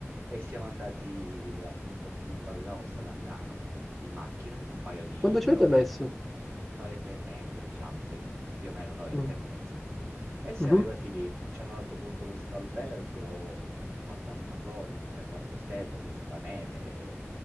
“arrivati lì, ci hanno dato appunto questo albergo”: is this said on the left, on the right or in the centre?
Right